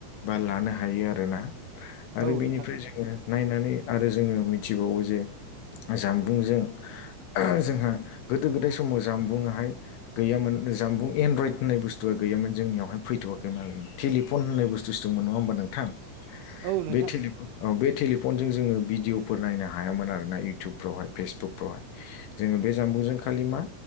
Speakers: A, on the left; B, on the right.
A: बा लानो हायो आरोना आरो
B: औ
A: बेनिफ्राय
B: नोंथां
A: जोंङो नायनानै आरो जोंङो मिथिबावो जे जामबुंजों जोंहा गोदो गोदाय समाव जामबुंङा गैयामोन जानबुं एनड्रइद होननाय बुंनाय गैयामोन जोंनियावह फैथ'वाखैमोन टिलिनपन बुसथुसो दंमोन नङा होनबा नोंथां
B: औ
A: <unintelligible>
B: नोंथां
A: जों जोङो भिदिवफोर नायनो हायामोन आरोना इयतुबफोरावहाय फेजबुकफोरावहाय जोंङो बे जामबुंजों खालि मा